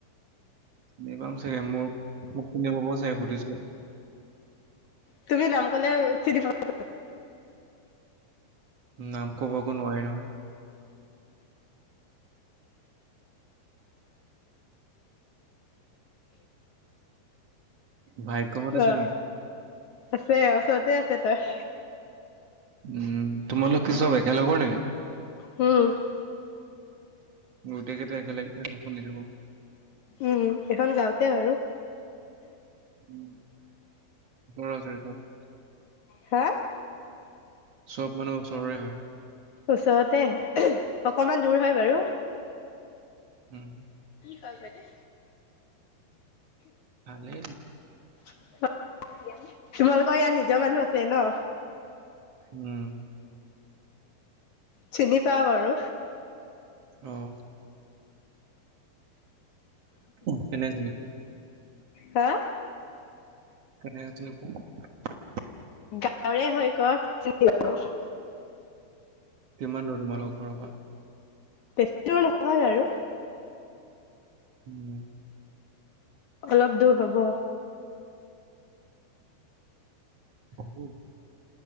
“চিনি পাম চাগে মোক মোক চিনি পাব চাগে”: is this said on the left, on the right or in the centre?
Right